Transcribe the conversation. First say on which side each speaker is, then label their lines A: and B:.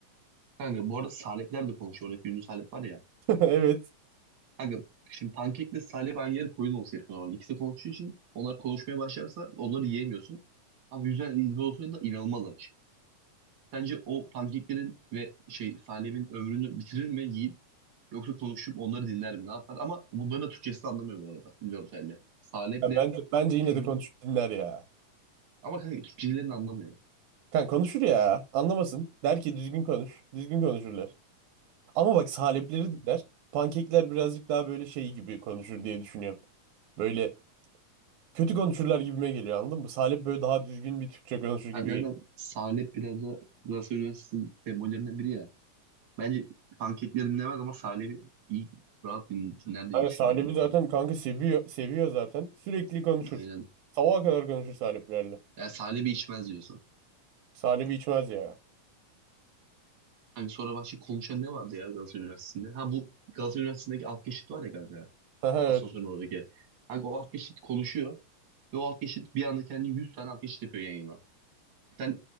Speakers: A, on the right; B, on the right.
A: Kanka bu arada Salepler de konuşuyor. Oradaki ünlü Salep var ya.
B: <laughs> Evet.
A: Kanka şimdi pankekle Salep aynı yere koyun olsa herif normalde. İkisi de konuştuğu için onlar konuşmaya başlarsa onları yiyemiyorsun. Ama yüzden İzmir olsaydı da inanılmaz aç. Bence o pankeklerin ve şey Salep'in ömrünü bitirir mi yiyip yoksa konuşup onları dinler mi ne yapar? Ama bunların da Türkçesini anlamıyor bu arada. Ünlü Salep'le Salep'le
B: Ya bence, bence yine
A: <laughs>
B: de konuşup dinler ya.
A: ama kanka Türkçelerini anlamıyor.
B: Kan konuşur ya. Anlamasın. Der ki düzgün konuş. Düzgün konuşurlar. Ama bak salepleri dinler. Pankekler birazcık daha böyle şey gibi konuşur diye düşünüyorum. Böyle kötü konuşurlar gibime geliyor anladın mı? Salep böyle daha düzgün bir Türkçe konuşur gibi
A: Hakikaten
B: geliyor.
A: Salep biraz da Galatasaray Üniversitesi'nin sembollerinden biri ya. Bence pankekleri dinlemez ama Salep'i iyi rahat din- dinler diye
B: Kanka
A: düşünüyorum.
B: Salim'i zaten kanka seviyor seviyor zaten. Sürekli konuşur.
A: ben. Aynen.
B: Sabaha kadar konuşur Saliplerle.
A: Yani Salep'i içmez diyorsun.
B: Salim'i içmez ya.
A: Hani sonra başka konuşan ne vardı ya Galatasaray Üniversitesi'nde? Ha bu Galatasaray Üniversitesi'ndeki alt geçit var ya kanka.
B: <laughs> Evet.
A: Asansörün oradaki. Kanka o alt geçit konuşuyor. Ve o alt geçit bir anda kendi 100 tane alt geçit yapıyor yan yana. Sen